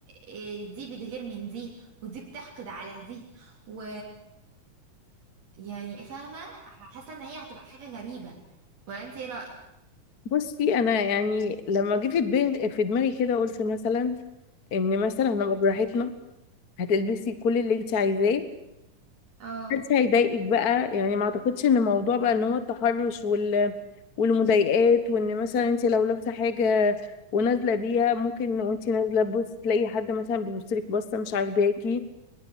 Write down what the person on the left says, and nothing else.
بصي أنا يعني لما جه في دماغي في دماغي كده قلت مثلا إن مثلا هنبقى
براحتنا هتلبسي كل اللي انت عايزاه
محدش هيضايقك بقى يعني ما اعتقدش ان موضوع بقى ان هو التحرش وال والمضايقات وان مثلا انت لو لابسه حاجه ونازله بيها ممكن وانت نازله تبص تلاقي حد مثلا بيبص لك بصه مش عاجباكي